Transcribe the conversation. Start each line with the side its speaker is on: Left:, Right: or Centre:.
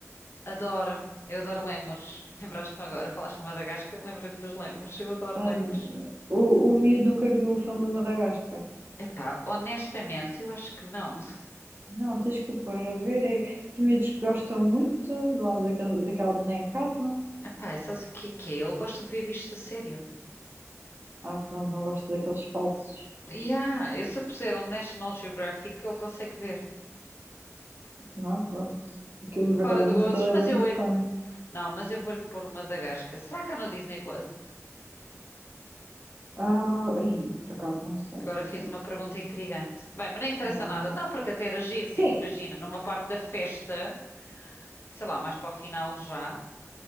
Left: Adoro, eu adoro lémures. <laughs> Lembraste-me agora, falaste de Madagascar, lembrei-me dos lémures, eu adoro
Right: Ah,
Left: lémures.
Right: d- o, o miúdo nunca viu o filme do Madagascar.
Left: Epá, honestamente, eu acho que não.
Right: Não, tens que o pôr a ver. É, os miúdos que gostam muito lá daquele, daquela bonecada.
Left: Epá, sabes o que é que é? Ele gosta de ver bichos a sério.
Right: Ah, pronto, não gosto daqueles falsos.
Left: E ah, eu se eu puser um National Geographic, ele consegue ver.
Right: Não, pronto. Aquilo, por
Left: Fora
Right: acaso,
Left: de
Right: mas
Left: gozos,
Right: aquilo
Left: mas
Right: é bem
Left: eu...
Right: interessante.
Left: é- Não, mas eu vou-lhe pôr uma Madagascar. Será que há no Disney Plus?
Right: Ah, ai, por acaso não sei,
Left: Agora
Right: por
Left: fiz
Right: acaso
Left: uma pergunta
Right: não.
Left: intrigante. Bem, mas não interessa
Right: não.
Left: nada. Não, porque até era giro,
Right: Sim,
Left: tipo, imagina, numa parte da festa, sei lá, mais para o final já.